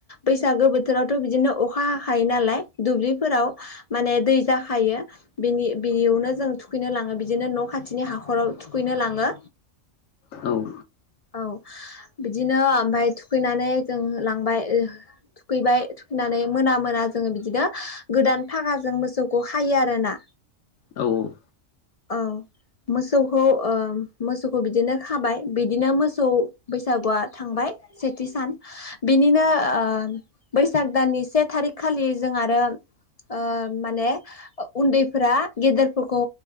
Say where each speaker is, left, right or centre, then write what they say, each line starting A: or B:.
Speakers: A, on the left; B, on the left.
A: बैसागो बोथोरावथ' बिदिनो अखा हाखायो नालाय दुब्लिफोराव माने दै जाखायो बिनि बियावनो जों थुखैनो लाङो बिदिनो न' खाथिनि हाखराव थुखैनो लाङो
B: औ
A: औ बिदिनो ओमफ्राय थुखैनानै जों लांबाय थुखैबाय थुखैनानै मोना मोना जोङो बिदिनो गोदान फागाजों मोसौखौ खायो आरो ना
B: औ औ
A: औ मोसौखौ ओ मोसौखौ बिदिनो खाबाय बिदिनो मोसौ बैसागुआ थांबाय सेथि सान बिनिनो ओ बैसाग दाननि से थारिख खालि जों आरो ओ माने उन्दैफोरा गेदेरफोरखौ